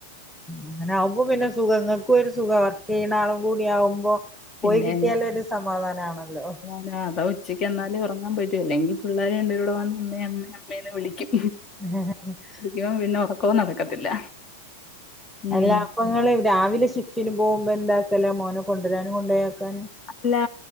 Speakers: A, in the centre; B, on the left.
A: അങ്ങനെ ആകുമ്പോ പിന്നെ സുഖക ഇങ്ങക്കും ഒരു സുഖ വർക്ക് ചെയ്യണ ആളും കൂടി ആകുമ്പോ
B: പിന്നെ
A: പോയി കിട്ടിയാൽ ഒര് സമാധാനാണല്ലോ
B: ആഹ് അതാ ഉച്ചയ്ക്ക് എന്നാലേ ഉറങ്ങാൻ പറ്റു അല്ലെങ്കിൽ പിള്ളേർ രണ്ട് പേരുംകൂടി വന്നാൽ അമ്മേ അമ്മേന്ന് വിളിക്കും.
A: <unintelligible>
B: യോ പിന്നെ ഒറകോം നടക്കത്തില്ല. ഉം
A: എല്ലാ അപ്പങ്ങള് രാവിലെ ഷിഫ്റ്റിന് പോകുമ്പോ എന്താക്കല മോനെ കൊണ്ടരാനും കൊണ്ടയാക്കാനും
B: അല്ലാ